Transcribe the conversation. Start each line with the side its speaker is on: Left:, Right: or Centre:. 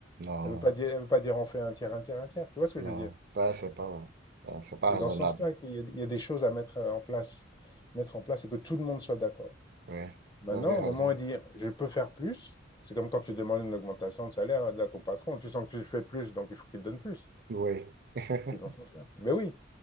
Right: Non,
Left: Elle veut pas dire, elle veut pas dire on fait un tiers, un tiers, un tiers. Tu vois ce que
Right: non,
Left: je veux dire?
Right: ouais, c'est pas, ouais, c'est pas
Left: C'est dans
Right: raisonnable.
Left: ce sens-là qu'il y a, il y a des choses à mettre en place, mettre en place et que tout le monde soit d'accord.
Right: Ouais,
Left: Maintenant,
Right: vous avez raison.
Left: au moment où on dit je peux faire plus, c'est comme quand tu demandes une augmentation de salaire à ton patron. Tu sens que tu fais plus, donc il faut qu'il te donne plus.
Right: Oui. <laughs>
Left: C'est dans ce sens-là. Ben oui.